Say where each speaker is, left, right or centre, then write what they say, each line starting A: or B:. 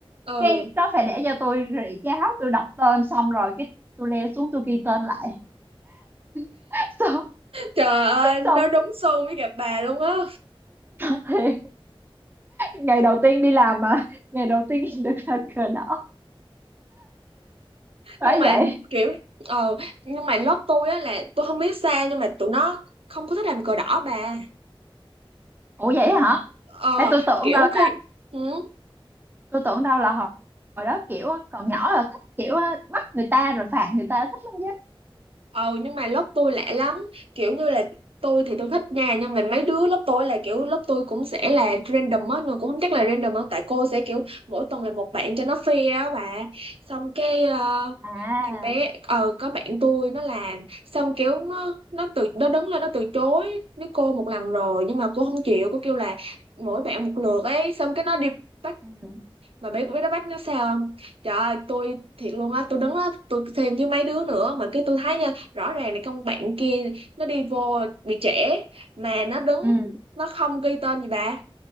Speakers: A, on the right; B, on the right.
A: ừ
B: cái đó phải để cho tôi rỉ cháo tôi đọc tên xong rồi cái tôi leo xuống tôi ghi tên lại <laughs> xong
A: trời ơi
B: xong
A: nó đúng xu với gặp bà luôn á
B: thì ngày đầu tiên đi làm mà ngày đầu tiên <laughs> được là cờ đỏ
A: nhưng
B: phải
A: mà
B: vậy
A: kiểu ờ nhưng mà lớp tôi á là tôi không biết sao nhưng mà tụi nó không có thích làm cờ đỏ bà
B: ủa vậy hả
A: ờ
B: Ê, tôi tưởng
A: kiểu
B: đâu
A: khi ừ,
B: tôi tưởng đâu là hồi, hồi đó kiểu còn nhỏ là thích kiểu bắt người ta rồi phạt người ta thích lắm chứ
A: ờ nhưng mà lớp tôi lạ lắm kiểu như là tôi thì tôi thích nha nhưng mà mấy đứa lớp tôi là kiểu lớp tôi cũng sẽ là random á nhưng mà cũng không chắc là random đâu tại cô sẽ kiểu mỗi tuần là một bạn cho nó fair á bà xong cái ờ,
B: à
A: thằng bé ờ có bạn tôi nó làm xong kiểu nó nó từ nó đứng lên nó từ chối với cô một lần rồi nhưng mà cô không chịu cô kêu là mỗi bạn một lượt ấy xong cái nó đi bắt
B: ừ
A: mà biết biết đá banh nó sao không trời ơi tôi thiệt luôn á tôi đứng á tôi thêm với mấy đứa nữa mà cái tôi thấy nha rõ ràng là con bạn kia nó đi vô bị trễ mà nó đứng
B: ừ
A: nó không ghi tên gì bà